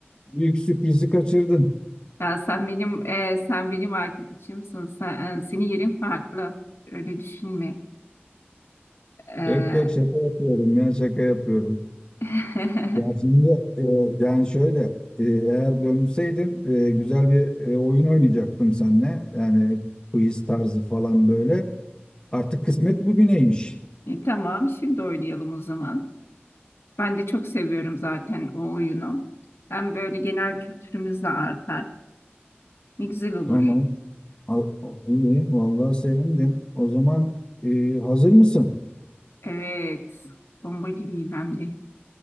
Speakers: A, on the left; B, on the left.
A: büyük sürprizi kaçırdın.
B: Ya sen benim e, sen benim arkadaşımsın. Sen, e, senin yerin farklı. Öyle düşünme. Ee,
A: Yok yok şaka yapıyorum ya, şaka yapıyorum.
B: <laughs>
A: Ya şimdi e, yani şöyle e, eğer dönseydim e, güzel bir e, oyun oynayacaktım seninle. Yani quiz tarzı falan böyle. Artık kısmet bugüneymiş.
B: e, tamam şimdi oynayalım o zaman. Ben de çok seviyorum zaten o oyunu. Hem böyle genel kültürümüz de artar. Ne güzel olur.
A: Tamam. Al- iyi. Vallahi sevindim. O zaman e, hazır mısın?
B: Evet. Bomba gibiyim hem de.